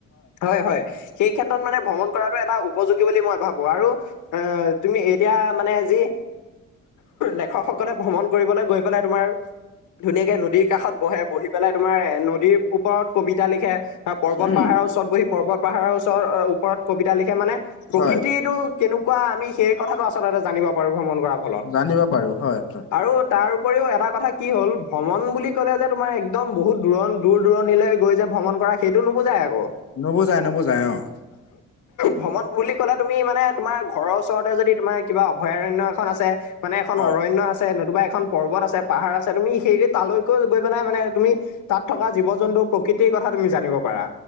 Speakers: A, on the left; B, on the left.
A: হয়, হয় সেই ক্ষেত্ৰত মানে ভ্ৰমণ কৰাটো এটা উপযোগী বুলি মই ভাবো। আৰু আহ তুমি এতিয়া মানে যি লেখকসকলে ভ্ৰমণ কৰিবলৈ গৈ পেলাই তোমাৰ ধুনীয়াকে নদীৰ কাষত বহে, বহি পেলাই তোমাৰ এ নদীৰ ওপৰত কবি বিতা লিখে, বা পৰ্বত
B: উম
A: পাহাৰৰ ওচৰত বহি পৰ্বত পাহাৰৰ ওচৰতৰ ওপৰত কবিতা লিখে, মানে প্ৰকৃতিটো
B: হয়
A: কেনেকুৱা আমি সেই কথাটো আচলতে জানিব পাৰো ভ্ৰমণ কৰা ফলত।
B: জানিব পাৰো হয় হয়
A: আৰু তাৰ উপৰিও এটা কথা কি হ'ল, ভ্ৰমণ বুলি ক'লে যে তোমাৰ একদম বহুত দৰণ দূৰ দূৰণিলৈ গৈ যে ভ্ৰমণ কৰা সেইটো নুবুজাই আকৌ।
B: নুবুজায়, নুবুজায় অঁ।
A: ভ্ৰমণ বুলি ক'লে তুমি মানে তোমাৰ ঘৰৰ ওচৰতে যদি তোমাৰ কিবা অভয়াৰণ্য এখন আছে মানে এখন
B: হয়
A: অৰণ্য আছে, নতুবা এখন পৰ্বত আছে, পাহাৰ আছে তুমি সেই তালৈকে গৈ পেলাই মানে তুমি তাত থকা জীৱ জন্তু প্ৰকৃতিৰ কথা তুমি জানিব পাৰা।